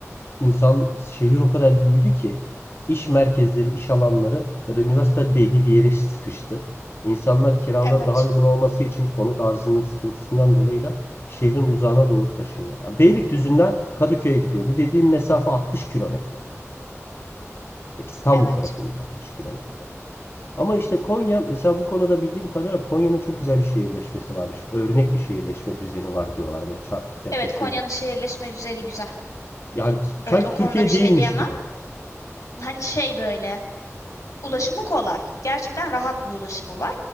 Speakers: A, on the left; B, on the left.
A: insan şehir o kadar büyüdü ki iş merkezleri, iş alanları ya da üniversiteler belli bir yere sıkıştı. İnsanlar kiraları
B: Evet.
A: daha uygun olması için konut arzının sıkıntısından dolayı da şehrin uzağına doğru taşınıyor. Yani Beylikdüzü'nden Kadıköy'e gidiyor. Bu dediğim mesafe 60 kilometre ve İstanbul
B: Evet.
A: trafiğinde 60 kilometre. Ama işte Konya mesela bu konuda bildiğim kadarıyla Konya'nın çok güzel bir şehirleşmesi varmış. Örnek bir şehirleşme düzeni var diyorlar. Böyle çarpık yaklaşımı
B: Evet Konya'nın
A: yok.
B: şehirleşme düzeni güzel.
A: Yani sanki
B: Evet o
A: Türkiye
B: konuda bir şey
A: değilmiş
B: diyemem.
A: gibi.
B: Hani şey böyle ulaşımı kolay. Gerçekten rahat bir ulaşımı var.